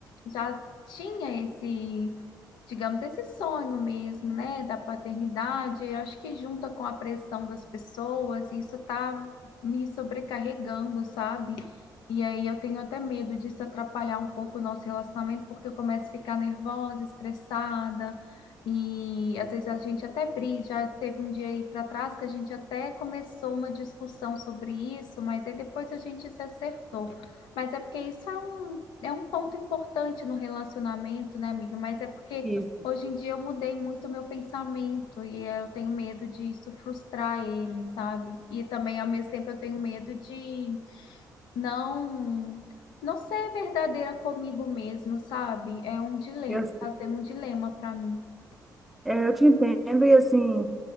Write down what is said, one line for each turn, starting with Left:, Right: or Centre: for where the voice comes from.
Left: já tinha esse, digamos, esse sonho mesmo, né? Da paternidade. Eu acho que junta com a pressão das pessoas, isso tá me sobrecarregando, sabe? E aí eu tenho até medo disso atrapalhar um pouco o nosso relacionamento, porque eu começo a ficar nervosa, estressada, e às vezes a gente até briga. Já teve um dia aí para trás que a gente até começou uma discussão sobre isso, mas aí depois a gente se acertou. Mas é porque isso é um, é um ponto importante no relacionamento, né, amiga? Mas é porque
Centre: Isso.
Left: hoje em dia eu mudei muito o meu pensamento e eu tenho medo disso frustrar ele, sabe? E também, ao mesmo tempo, eu tenho medo de não não ser verdadeira comigo mesma, sabe? É um dilema,
Centre: Eu
Left: tá sendo um dilema pra mim.
Centre: É, eu te entendo, e assim,